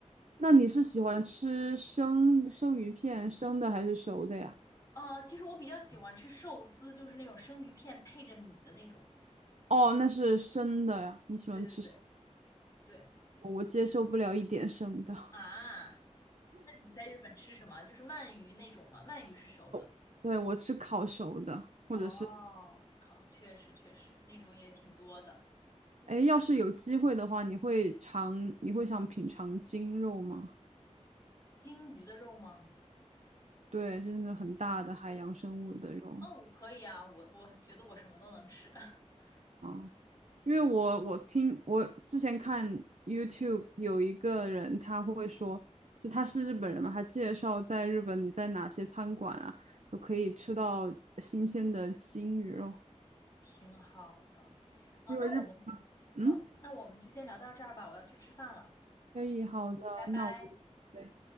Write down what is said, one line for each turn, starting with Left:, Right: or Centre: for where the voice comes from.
Right: 那你是喜欢吃生生鱼片，生的还是熟的呀？
Left: 呃，其实我比较喜欢吃寿司，就是那种生鱼片配着米的那种。
Right: 哦，那是生的呀，你喜欢吃生
Left: 对对对对
Right: 的，我接受不了一点生的。
Left: 啊，那你在日本吃什么？就是鳗鱼那种吗？鳗鱼是熟的。
Right: <laughs> 对，我吃烤熟的，或者是，
Left: 哦，靠，确实确实，那种也挺多的。
Right: 哎，要是有机会的话，你会尝，你会想品尝鲸肉吗？
Left: 鲸鱼的肉吗？
Right: 对，就是那种很大的海洋生物的肉
Left: 啊，我可以啊，我我觉得我什么都能吃，<laughs>
Right: 啊。因为我我听我之前看 YouTube 有一个人他会说，就他是日本人嘛，他介绍在日本你在哪些餐馆啊，就可以吃到新鲜的金鱼肉，
Left: 挺好的。啊，
Right: 因为日
Left: 那我们
Right: 嗯
Left: 嗯，那我们就先聊到这儿吧，我要去吃饭了。
Right: 可以好的，
Left: 嗯，拜拜。
Right: 那我对。